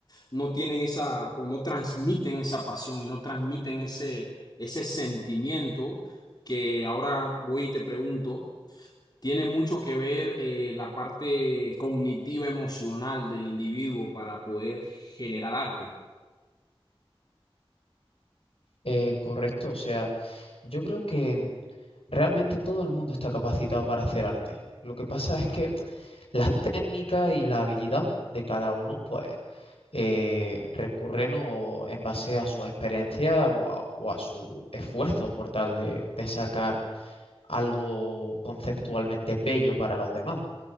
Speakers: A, on the left; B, on the left.
A: no tienen esa o no transmiten esa pasión y no transmiten ese, ese sentimiento que ahora voy y te pregunto. Tiene mucho que ver eh, la parte cognitiva emocional del individuo para poder generar arte.
B: eh, correcto. O sea, yo creo que realmente todo el mundo está capacitado para hacer arte. Lo que pasa es que las técnicas y la habilidad de cada uno, pues eh, recurren o en base a su experiencia o a, o a su esfuerzo por tal de, de sacar algo conceptualmente bello para los demás.